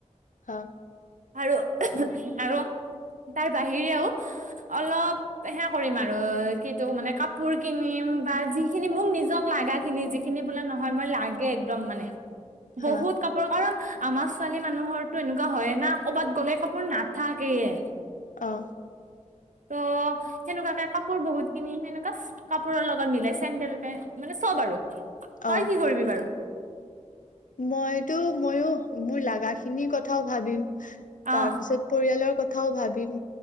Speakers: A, on the left (about 85°); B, on the right (about 80°).
A: আহ।
B: আৰু আৰু তাৰ বাহিৰেও অলপ হেয়া কৰিম আৰু কিতু মানে কাপোৰ কিনিম বা যিখিনি মোক নিজক লাগাখিনি যিখিনি বোলে নহয় মই লাগে একদম মানে বহুত
A: হা
B: কাপোৰ কাৰণ আমাৰ ছোৱালী মানুহৰটো এনেকুৱা হয়ে না কৰ'বাত গ'লে কাপোৰ না থাকেয়ে।
A: অ'।
B: ত' সেনেকুৱাকে কাপোৰ বহুত কিনি সেনেকোৱা, কাপোৰৰ লগত মিলাই চেণ্ডেল পেণ্ট মানে চব আৰু। তই
A: অ
B: কি কৰিবি বাৰু?
A: মইতো মইয়ো, মোৰ লাগা খিনিৰ কথাও ভাবিম। তাৰপিছত
B: অ
A: পৰিয়ালৰ কথ থাও ভাবিম।